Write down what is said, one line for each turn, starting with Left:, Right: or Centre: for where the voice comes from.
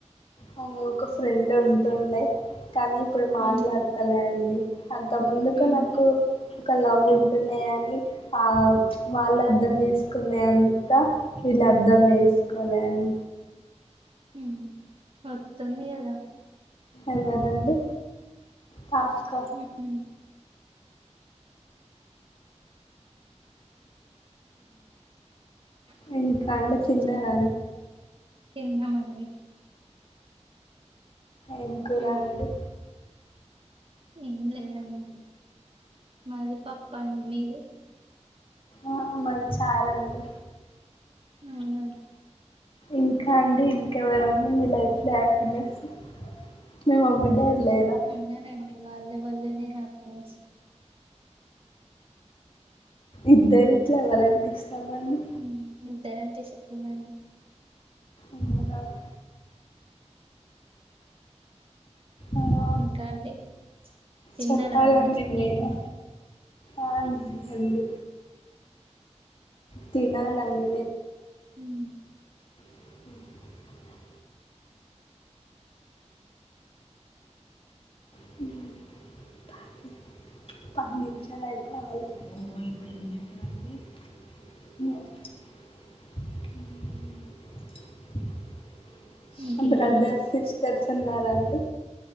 Left: అ ఒక ఫ్రెండ్ ఉంటుండే కనీ ఇప్పుడు మాట్లాడతలే
Right: హ్మ్
Left: అండి అంతముందుకు
Right: హ్మ్
Left: నాకు ఒక లవ్ ఉంటుండె గని ఆ వాళ్ళర్థం చేసుకునే అంతా వీళ్ళర్థం చేసుకోలే అన్
Right: ఉమ్ హ్ వస్తుంది గదా
Left: ఎవరండి టాస్క
Right: హ్మ్ ఉమ్ ఇంకండి
Left: ఇంకా అండి
Right: తిన్నరా
Left: తిన్నారా
Right: అండి తిన్నమండి
Left: ఎంకూర
Right: హ్మ్.
Left: అండి
Right: ఏం లేదండి మాది పప్పండి మీది
Left: ఆ మాది చారండి
Right: అవునా
Left: ఇంకా అండి ఇంకెవరేన్న మీ లైఫ్ లో హ్యాపీనెస్ మీ మమ్మీ డాడీ లేరా
Right: ఉన్నరండి వాళ్ళ వాళ్ళనే హ్యాపీనెస్
Left: ఇద్దరిట్లా ఎవరంటే ఇష్టమండి
Right: హ్మ్ ఇద్దరంటే ఇష్టమేనండి
Left: ఇంగ నాక్ ఆ
Right: ఇంకా అండి తిన్నరా
Left: చెప్పాలండి
Right: మరి మీ
Left: మీరే
Right: ఇంట్లో
Left: ఆ లేదండి తినాలండి
Right: ఉమ్
Left: అ ఉమ్ పది నిమిషాలైపోవాలె <unintelligible>
Right: ఇంకేంటి
Left: బ్రదర్స్
Right: అండి
Left: సిస్టర్స్ ఉన్నరా అండి